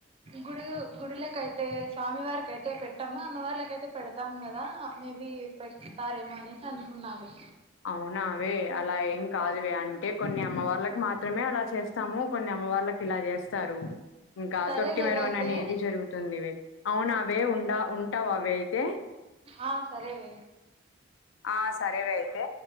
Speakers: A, on the right; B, on the left.
A: గుడి గుడిలకైతే స్వామి వారికైతే పెట్టామ్మ అమ్మవార్లకైతే పెడతాం కదా మేబి పెడుస్తారేమో అనేసి అనుకున్నావే
B: అవునావే అలా ఏం కాదువే అంటే కొన్ని అమ్మవార్లకు మాత్రమే అలా చేస్తాము కొన్ని అమ్ అమ్మ వాళ్ళకి ఇలా చేస్తారు ఇంకా
A: సరే
B: తొట్టి
A: లేవయితే
B: మెరవన అనేది జరుగుతుంది ఇవి అవునా అవే ఉండా ఉంటావు అవ అయితే
A: ఆ సరే వె
B: ఆ సరే వె అయితే